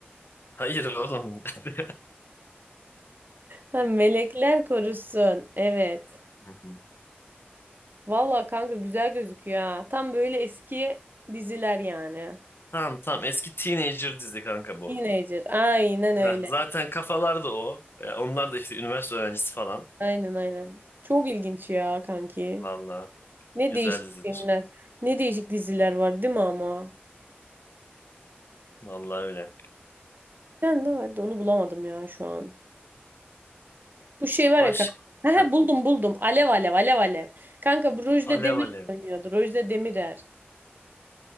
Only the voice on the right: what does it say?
Ha, melekler korusun. Evet.
Valla kanka güzel gözüküyor ha. Tam böyle eski diziler yani.
Teenager. Aynen öyle.
Aynen aynen. Çok ilginç ya kanki.
Ne
değişik
filmler. Ne değişik diziler var değil mi ama?
Sen de vardı onu bulamadım ya şu an. Bu şey var
ya kanka. He
he, buldum buldum. Alev alev alev alev. Kanka bu Rojde
Demir
oynuyordu. Rojde Demirer.